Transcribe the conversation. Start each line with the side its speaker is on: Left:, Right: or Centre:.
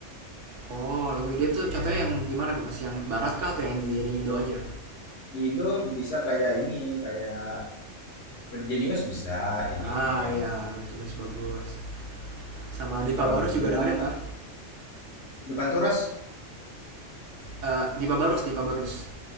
Right: oh lagu IDM
Left: suka.
Right: tuh contohnya yang gimana tuh mas yang barat kah atau yang dari Indo aja
Left: Di Indo bisa kayak ini, kayak Virginius bisa EDM.
Right: ah ya jenis bagus sama
Left: Terus
Right: Dipa
Left: kalau
Right: Barus
Left: di
Right: juga
Left: luar,
Right: dengerin kah
Left: di Panturas,
Right: Eh Dipa Barus Dipa Barus